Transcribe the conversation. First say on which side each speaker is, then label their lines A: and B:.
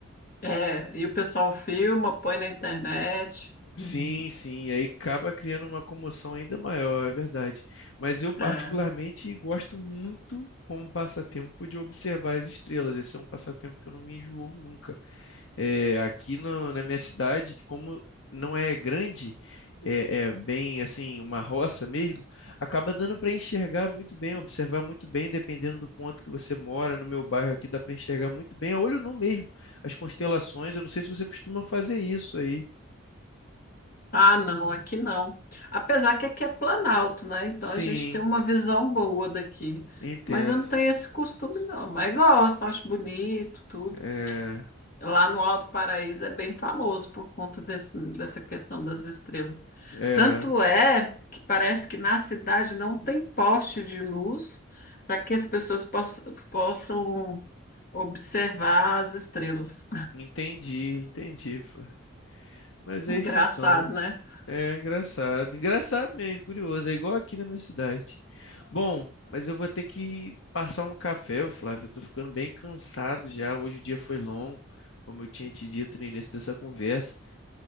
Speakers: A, on the left; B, on the left.
A: é. E o pessoal filma, põe na internet.
B: Sim,
A: Uhum.
B: sim, aí acaba criando uma comoção ainda maior, é verdade. Mas eu particularmente
A: É.
B: gosto muito como passatempo de observar as estrelas. Esse é um passatempo que eu não me enjoo nunca. É, aqui no- na minha cidade, como não é grande, é, é bem assim, uma roça mesmo, acaba dando para enxergar muito bem, observar muito bem, dependendo do ponto que você mora. No meu bairro aqui dá para enxergar muito bem, a olho nu mesmo, as constelações. Eu não sei se você costuma fazer isso aí.
A: Ah, não, aqui não. Apesar que aqui é Planalto, né? Então
B: Sim,
A: a gente tem uma visão boa daqui.
B: entendo.
A: Mas eu não tenho esse costume, não. Mas gosto, acho bonito, tudo.
B: É,
A: Lá no Alto Paraíso é bem famoso por conta desse, dessa questão das estrelas.
B: é,
A: Tanto é que parece que na cidade não tem poste de luz para que as pessoas poss- possam observar as estrelas.
B: entendi, entendi. Fran. Mas
A: <laughs> Engraçado,
B: é isso então.
A: né?
B: É engraçado, engraçado mesmo, curioso, é igual aqui na minha cidade. Bom, mas eu vou ter que passar um café, ô Flávio, eu tô ficando bem cansado já, hoje o dia foi longo, como eu tinha te dito no início dessa conversa.